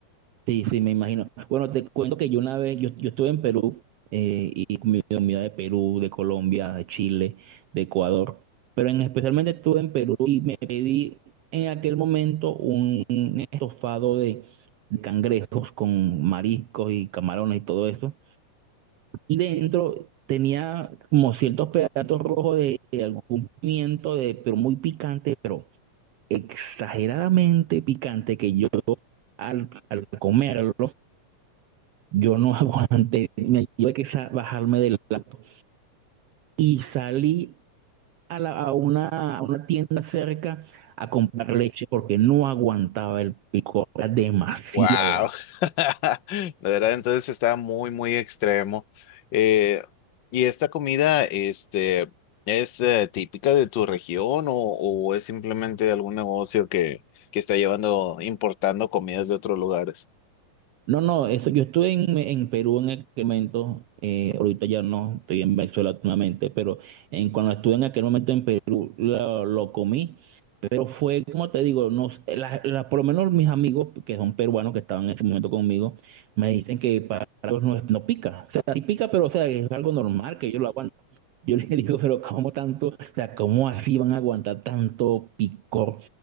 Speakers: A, on the right (about 75°); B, on the left (about 60°).
A: Sí, sí, me imagino. Bueno, te cuento que yo una vez, yo, yo estuve en Perú eh, y comí comida de Perú, de Colombia, de Chile, de Ecuador, pero en, especialmente estuve en Perú y me pedí en aquel momento un, un estofado de, de cangrejos con mariscos y camarones y todo eso. Y dentro tenía como ciertos pedazos rojos de, de algún pimiento, de, pero muy picante, pero exageradamente picante que yo al, al comerlo yo no <laughs> aguanté, me tuve que sa- bajarme del auto y salí a, la- a una, a una tienda cerca a comprar leche porque no aguantaba el picor, era demasiado.
B: Wow, <laughs> de verdad, entonces está muy, muy extremo. Eh, ¿y esta comida, este, es eh, típica de tu región o, o es simplemente algún negocio que, que está llevando, importando comidas de otros lugares?
A: No, no, eso, yo estuve en, en Perú en aquel momento, eh, ahorita ya no, estoy en Venezuela actualmente, pero en, cuando estuve en aquel momento en Perú lo, lo comí, pero fue, como te digo, no, sé, la- la- por lo menos mis amigos que son peruanos que estaban en ese momento conmigo, me dicen que para ellos no, es- no pica, o sea, sí pica, pero o sea, es algo normal que yo lo aguantan. Yo le <laughs> digo, pero ¿cómo tanto? O sea, ¿cómo así van a aguantar tanto picor?